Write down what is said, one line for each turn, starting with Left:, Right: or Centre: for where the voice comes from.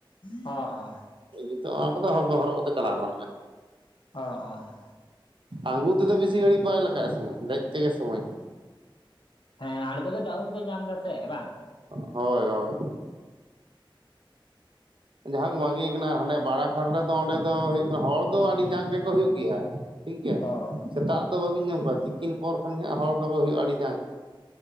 Left: ᱦᱚᱸᱜ ᱚ
Right: ᱤᱛᱚ ᱚᱱᱟ ᱠᱚᱫᱚ ᱦ ᱦᱚᱨᱚᱜ ᱠᱟᱛᱮ ᱪᱟᱞᱟᱣ ᱜᱟᱱᱚᱜᱼᱟ
Left: ᱚ ᱚ ᱚ
Right: ᱟᱹᱜᱩ ᱛᱮᱫᱚ ᱵᱤᱥᱤ ᱜᱷᱟᱹᱲᱤᱡ ᱵᱟᱭ ᱞᱟᱜᱟᱜᱼᱟ ᱥᱚᱢᱚᱭ ᱫᱮᱡ ᱛᱮᱜᱮ ᱥᱚᱢᱚᱭ
Left: ᱦᱮᱸ ᱟᱬᱜᱚᱫᱚ ᱰᱟᱣᱩᱱ ᱯᱮ ᱧᱟᱢ ᱮᱫᱟ ᱥᱮ ᱵᱟᱝ
Right: ᱦᱳᱭ ᱦᱳᱭ ᱡᱟ ᱦᱳᱠ ᱵᱷᱟᱜᱤ ᱠᱟᱱᱟ ᱦᱟᱱᱮ ᱵᱟᱲᱟ ᱜᱷᱟᱴ ᱨᱮ ᱚᱸᱰᱮ ᱫᱚ ᱦᱩᱭᱩᱜ ᱠᱟᱱᱟ ᱦᱚᱲ ᱫᱚ ᱟᱹᱰᱤ ᱡᱟᱸᱠ ᱜᱮᱠᱚ ᱦᱩᱭᱩᱜ ᱜᱮᱭᱟ ᱴᱷᱤᱠᱜᱮᱭᱟ
Left: <unintelligible>
Right: ᱥᱮᱛᱟᱜ ᱫᱚ ᱵᱟᱹᱵᱤᱱ ᱧᱟᱢ ᱠᱚᱣᱟ ᱛᱤᱠᱤᱱ ᱯᱚᱨ ᱠᱷᱚᱱᱜᱮ ᱦᱚᱲ ᱫᱚᱠᱚ ᱦᱩᱭᱩᱜ-ᱟ ᱟᱹᱰᱤ ᱡᱟᱠᱜᱮ